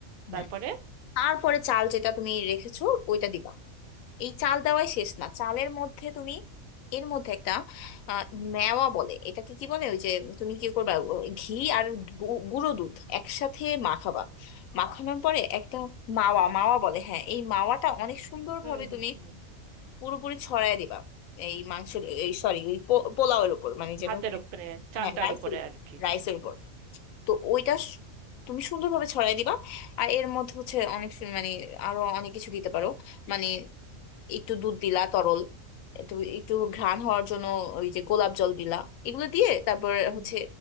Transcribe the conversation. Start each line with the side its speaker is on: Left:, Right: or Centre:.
Left: হুম।
Right: তারপরে
Left: তারপরে চাল যেটা তুমি রেখেছো ওইটা দিবা এই চাল দেওয়াই শেষ না চালের মধ্যে তুমি এর মধ্যে একটা আহ, মেওয়া বলে এটাকে কি বলে ওই যে তুমি কি করবা ও, ঘি আর গু- গুঁড়ো দুধ একসাথে মাখাবা মাখানোর পরে একটা মাওয়া মাওয়া বলে হ্যাঁ এই মাওয়াটা অনেক সুন্দরভাবে
Right: হুম হুম
Left: তুমি
Right: হুম
Left: পুরোপুরি ছড়ায় দিবা এই মাংসের এই সরি ওই পো- পোলাওয়ের উপর মানে যেটা
Right: ভাতের
Left: হচ্ছে
Right: উপরে চালটার
Left: হ্যাঁ রাইসের
Right: উপরে
Left: উপর
Right: আর কি
Left: রাইসের উপর তো ওইটা স- তুমি সুন্দরভাবে ছড়াই দিবা আর এর মধ্যে হচ্ছে অনেক সু- মানে আরো অনেক কিছু দিতে পারো মানে একটু দুধ দিলা তরল একটু একটু ঘ্রাণ হওয়ার জন্য ওই যে গোলাপ জল দিলা এগুলো দিয়ে তারপর
Right: হুম
Left: হচ্ছে